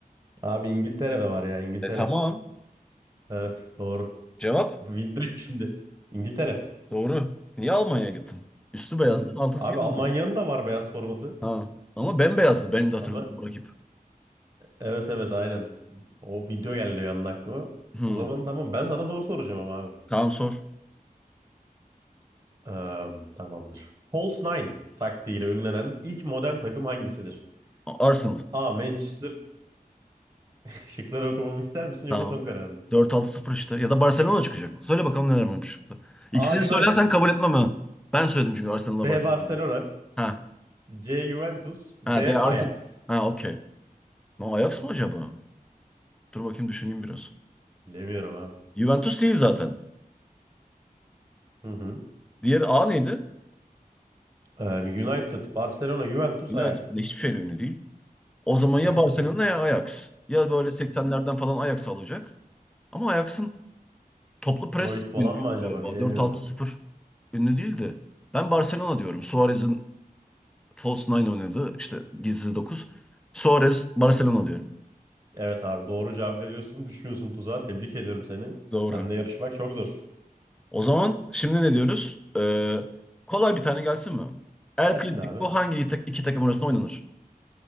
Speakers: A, on the right; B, in the centre.
A: Abi İngiltere'de var ya İngiltere.
B: E tamam.
A: Evet doğru.
B: Cevap
A: Video şimdi. İngiltere.
B: doğru. Niye Almanya'ya gittin? Üstü beyazdı,
A: Dedim.
B: altısı
A: Abi
B: yeni.
A: Almanya'nın da var beyaz forması.
B: Ha. Ama bembeyazdı benim de hatırladığım
A: Tamam.
B: bu rakip.
A: Evet evet aynen. O video geldi bir anda aklıma.
B: Hmm.
A: O zaman tamam ben sana zor soracağım ama abi.
B: Tamam sor.
A: Eee, tamamdır. False Nine taktiğiyle ünlenen ilk modern takım hangisidir?
B: A- Arsenal.
A: A. Manchester. <laughs> Şıkları okumamı ister misin yoksa
B: Tamam.
A: son karar mı?
B: Dört altı sıfır işte. Ya da Barcelona çıkacak. Söyle bakalım neler varmış. İkisini
A: A. United.
B: söylersen kabul etmem ha. Ben söyledim çünkü Arsenal'la
A: B.
B: Barcelona.
A: Barcelona.
B: Ha.
A: C. Juventus. D.
B: Ha de Arsenal.
A: Ajax.
B: Ha okey. Lan Ajax mı acaba? Dur bakayım düşüneyim biraz.
A: Bilemiyorum abi.
B: Juventus değil zaten.
A: Hı hı.
B: Diğer A neydi?
A: Ee, United, Barcelona, Juventus,
B: United.
A: Ajax.
B: Ne, hiçbir şeyle ünlü değil. O zaman ya
A: <clears throat>
B: Barcelona ya Ajax. Ya böyle 80'lerden falan Ajax alacak. Ama Ajax'ın toplu pres
A: Cruyff falan
B: ünlüydü
A: mı acaba
B: galiba.
A: bilemiyorum.
B: Dört altı sıfır ünlü değildi. Ben Barcelona diyorum. Suarez'in False Nine oynadı. İşte Gizli 9. Suarez Barcelona diyorum.
A: Evet abi doğru cevap veriyorsun. Düşmüyorsun tuzağa. Tebrik ediyorum seni.
B: Doğru.
A: Seninle yarışmak çok zor.
B: O zaman şimdi ne diyoruz? Ee, kolay bir tane gelsin mi? El
A: Gelsin
B: Clasico
A: abi.
B: hangi iki tak- iki takım arasında oynanır?